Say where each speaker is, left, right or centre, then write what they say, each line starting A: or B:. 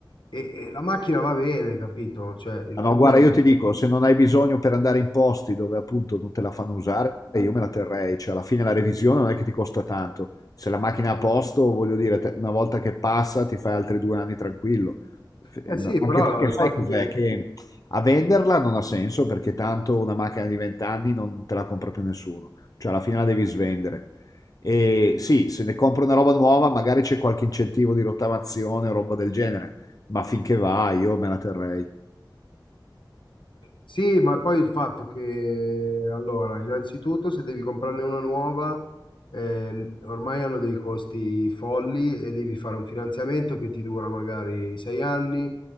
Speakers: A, on the left (about 80°); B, on the left (about 45°).
A: e, e la macchina va bene, capito? Cioè, il
B: Ah,
A: problema...
B: No, guarda, io ti dico, se non hai bisogno per andare in posti dove appunto non te la fanno usare, io me la terrei, cioè alla fine la revisione non è che ti costa tanto, se la macchina è a posto, voglio dire, te- una volta che passa ti fai altri due anni tranquillo, F-
A: Eh
B: eh,
A: sì,
B: no, anche
A: però
B: perché
A: il
B: sai
A: fatto
B: cos'è?
A: che
B: Che a venderla non ha senso perché tanto una macchina di 20 anni non te la compra più nessuno, cioè alla fine la devi svendere. E sì, se ne compro una roba nuova, magari c'è qualche incentivo di rottamazione o roba del genere, ma finché va io me la terrei.
A: Sì, ma poi il fatto che, allora, innanzitutto se devi comprarne una nuova, eh, ormai hanno dei costi folli e devi fare un finanziamento che ti dura magari sei anni